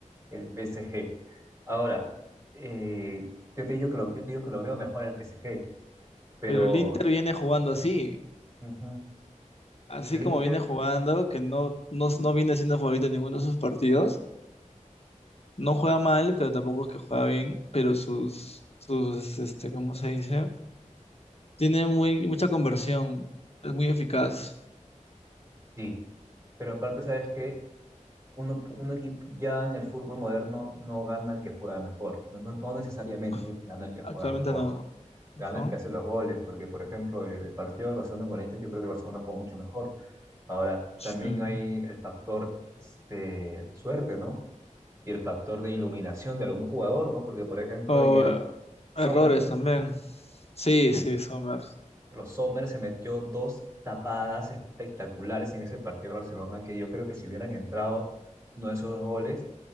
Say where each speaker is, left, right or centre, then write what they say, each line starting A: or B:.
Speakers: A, on the right; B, on the left.
A: el PSG. Ahora, eh, yo te digo que lo, yo te digo que lo veo mejor al PSG, pero
B: Pero el Inter viene jugando así,
A: ujú,
B: así
A: el
B: como
A: Inter,
B: viene jugando, que no, no, no viene siendo favorito en ninguno de sus partidos. No juega mal, pero tampoco es que juega bien, pero sus, sus, este, ¿cómo se dice? Tiene muy, mucha conversión, es muy eficaz.
A: sí. Pero aparte, ¿sabes que Uno, un equipo ya en el fútbol moderno no gana el que juega mejor, no, no no necesariamente
B: Ah,
A: gana el que juega
B: Actualmente
A: mejor.
B: no. Ajá.
A: gana el que hace los goles, porque por ejemplo el partido del Barcelona con el Inter, yo creo que el Barcelona jugó mucho mejor. Ahora,
B: Sí.
A: también hay el factor este, suerte, ¿no? Y el factor de iluminación de algún jugador, ¿no? Porque por ejemplo
B: O
A: en el
B: eh,
A: Sommer,
B: errores también. Sí, sí, Sommer.
A: los Sommer se metió dos tapadas espectaculares en ese partido del Barcelona, que yo creo que si hubieran entrado uno de esos dos goles,